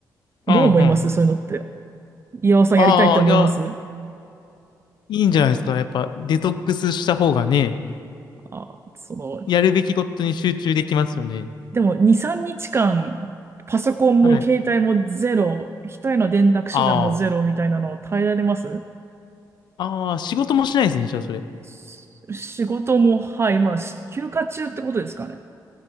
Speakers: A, on the left; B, on the right.
A: うん、
B: どう思いますそういうのって。
A: うん。うん
B: 岩尾さんやりたいって思います
A: ああ、いや、いいんじゃないですか。やっぱデトックスした方がね、
B: あ、その、
A: やるべきことに集中できますよね。
B: でも2、3日間、パソコンも携帯もゼロ、
A: はい。
B: 人への連絡手段もゼロみたいなのを耐えられます
A: ああ。ああ、仕事もしないですね、じゃあそれ。
B: し仕事も、はい、まあ、し休暇中ってことですかね。